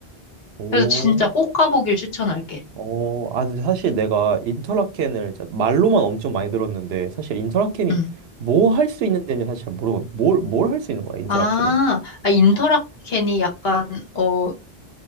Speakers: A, on the right (about 75°); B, on the left (about 70°).
A: 오,
B: 그래서 진짜 꼭 가보길 추천할게.
A: 어, 아, 근데 사실 내가 인터라켄을 진짜 말로만 엄청 많이 들었는데 사실 인터라켄이
B: 음.
A: 뭐 할 수 있는 데는 사실 잘 모르거든. 뭘, 뭘 할 수 있는 거야, 인터라켄은?
B: 아, 아, 인터라켄이 약간, 어,